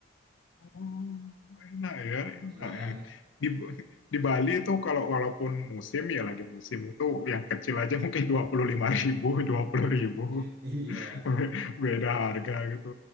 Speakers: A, on the left (about 75°); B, on the right (about 50°).
A: oh, enak ya, enak.
B: iya
A: ya. Di, di Bali itu kalau walaupun musim ya lagi musim itu yang kecil aja mungkin dua puluh lima ribu, dua puluh ribu.
B: <laughs>
A: <laughs>
B: iya
A: beda harga gitu.